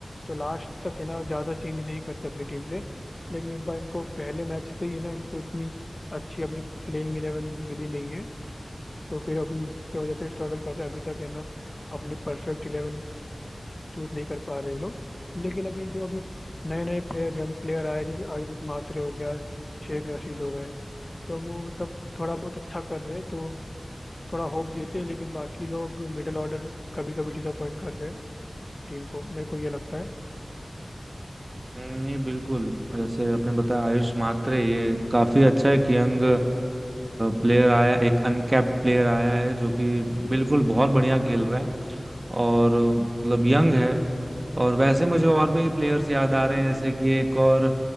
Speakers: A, on the left; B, on the right.
A: तो लास्ट तक है ना ज़्यादा चेंज नहीं करते अपनी टीम से लेकिन इस बार इनको पहले मैच से ही है ना इनको इतनी अच्छी अपनी प्लेइंग इलेवन मिली नहीं है तो फिर अभी उसकी वजह से स्ट्रगल कर रहे हैं अभी तक है ना अपनी परफेक्ट इलेवन चूज नहीं कर पा रहे ये लोग लेकिन अभी जो अभी नए नए प्लेयर यंग प्लेयर आए जैसे आयुष मात्रे हो गया शेख रशीद हो गए तो वो मतलब थोड़ा बहुत अच्छा कर रहे हैं तो थोड़ा होप देते हैं लेकिन बाकी लोग मिडिल ऑर्डर कभी कभी डिसअपॉइंट कर रहे हैं टीम को मेरे को ये लगता है
B: हम्म, नहीं बिल्कुल जैसे आपने बताया आयुष मात्रे ये काफी अच्छा है कि यंग प्लेयर आया एक अनकैप्ड प्लेयर आया है जो कि बिल्कुल बहुत बढ़िया खेल रहा है और अ, मतलब यंग है और वैसे मुझे और भी प्लेयर्स याद आ रहे हैं जैसे कि एक और